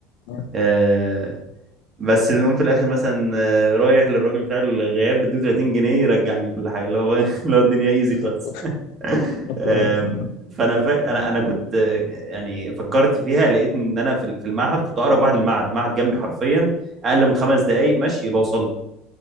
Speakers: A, on the left (about 75°); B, on the right (about 35°).
A: آه.
B: آه، بس بنقوم في الاخر مثلا آه، رايح للراجل بتاع الغياب بديه 30 جنيه يرجعني كل حاجه اللي هو <laughs> اللي هو الدنيا ايزي
A: طب
B: خالص
A: كويس
B: <laughs>
A: طب
B: آم،
A: كويس والله
B: فانا فا... انا انا كنت آه، يعني فكرت فيها لقيت ان انا في في المعهد كنت اقرب واحد للمعهد معهد جنبي حرفيا اقل من خمس دقائق مشي بوصل له،